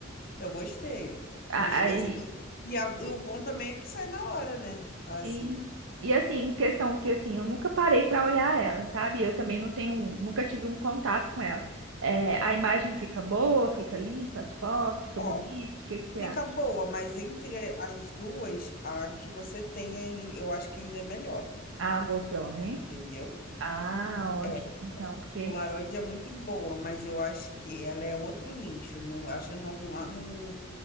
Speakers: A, on the left; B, on the right.
A: Eu gostei.
B: A-
A: E,
B: Aí
A: e assim, e, a- e o bom também é que sai na hora, né? Assim,
B: Sim. E assim, em questão que assim, eu nunca parei para olhar ela, sabe? Eu também não tenho, um, nunca tive um contato com ela. É, a imagem fica boa, fica limpa, as fotos, fica
A: ó,
B: bonito. O que que você
A: fica
B: acha?
A: boa, mas entre as duas, a que você tem, eu acho que ainda é melhor,
B: A GoPro, né?
A: entendeu?
B: Ah, ótimo.
A: É,
B: Então,
A: a
B: porque
A: Polaroid é muito boa, mas eu acho que ela é outro nicho. Não, acho, não, não, não,